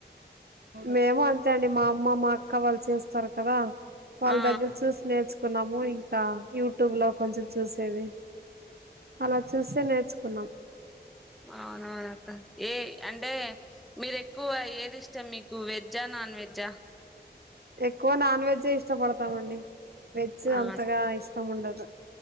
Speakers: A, on the right; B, in the centre.
A: మేము అంతే అండి మా అమ్మ మా అక్క వాళ్ళు చేస్తరు కదా వాళ్ళ
B: ఆ
A: దగ్గర చూసి నేర్చు కున్నాము ఇంకా యూట్యూబ్ లో కొంచెం చూసేది అలా చూసె నేర్చుకున్నాం
B: అవునా ఏ అంటే మీరు ఎక్కువ ఏది ఇష్టం మీకు వెజ్జా నాన్ వెజ్జా
A: ఎక్కువ నాన్ వెజే ఇష్టపడతామండి వెజ్
B: ఆ
A: అంతగా ఇష్టం ముండదు